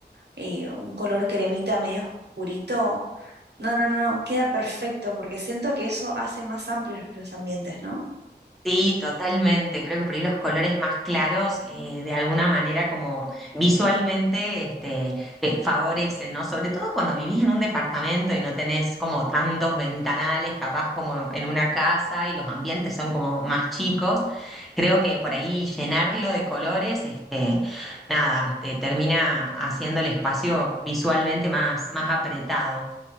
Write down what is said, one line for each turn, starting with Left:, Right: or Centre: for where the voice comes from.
Right: eh, un color cremita medio oscurito. No, no, no, queda perfecto porque siento que eso hace más amplios los ambientes, ¿no?
Centre: Sí, totalmente. Creo que por ahí los colores más claros, eh, de alguna manera, como visualmente, este, eh, favorecen, ¿no? Sobre todo cuando vivís en un departamento y no tenés como tantos ventanales, capaz como en una casa y los ambientes son como más chicos. Creo que por ahí llenarlo de colores, este, nada, te termina haciendo el espacio visualmente más, más apretado.